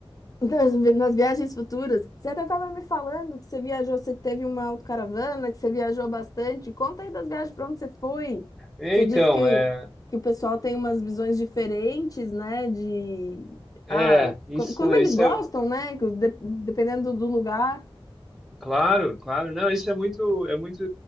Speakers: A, on the left; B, in the centre.
A: Nas, nas viagens futuras, você até estava me falando que você viajou, você teve uma autocaravana, que você viajou bastante. Conta aí das viagens, para onde você foi?
B: Então,
A: Você disse que,
B: é,
A: que o pessoal tem umas visões diferentes, né? De
B: é,
A: ah,
B: isso,
A: co- como eles
B: isso
A: gostam,
B: é,
A: né? que de- Dependendo do do lugar.
B: claro, claro, não, isso é muito, é muito,